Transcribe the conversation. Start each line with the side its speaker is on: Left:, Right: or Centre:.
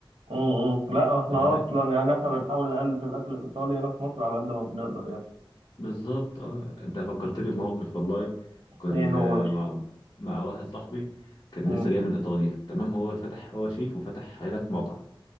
Right: امم لا احنا
Left: فهناك
Right: اصلا يعني احنا بنحاول نقلد الاكل الايطالي هنا في مصر على قد ما بنقدر يعني
Left: بالظبط اه انت فكرتني بموقف والله كنا
Right: ايه هو يا باشا
Left: مع مع واحد صاحبي كان
Right: امم
Left: لسه جاي من ايطاليا تمام هو فتح هو شيف وفتح هناك مطعم